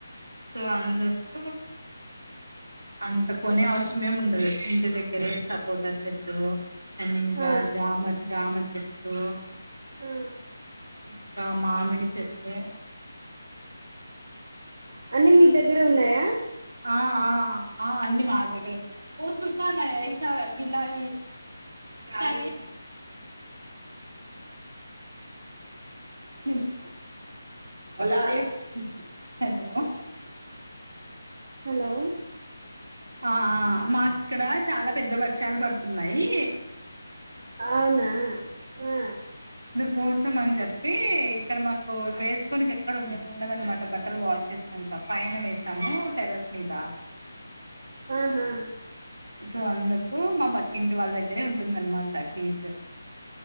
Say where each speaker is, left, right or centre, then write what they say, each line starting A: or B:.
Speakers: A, on the right; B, on the right.
A: సో అందుకు అంత కొనే అవసరమే ఉండదు ఇంటి దగ్గరే సపోటా చెట్టు అండ్ ఇంకా
B: ఆ
A: జామ జామ చెట్టు
B: ఆ
A: ఇంకా మామిడి చెప్ప
B: అన్నీ మీ దగ్గరే ఉన్నాయా
A: ఆ ఆ ఆ అన్న మా దగ్గర ఉన్నా ఓ సుఖాన్ ఎసా గిలాయి చే హలో
B: హలో
A: ఆ మా ఇక్కడ చాలా పెద్ద వర్షాలు పడుతున్నాయి
B: అవునా ఆ
A: కోసం అని చెప్పి ఇక్కడ మాకు వేసుకోనినికి ఎక్కడ ఉ ఉండదనమాట బట్టలు వాష్ చేసినక పైన వేసాము టెరస్ మీద
B: ఆహా
A: సో అందుకు మా పక్కింటి వాళ్ళ దగ్గరే ఉంటుందన్నమాట కీసు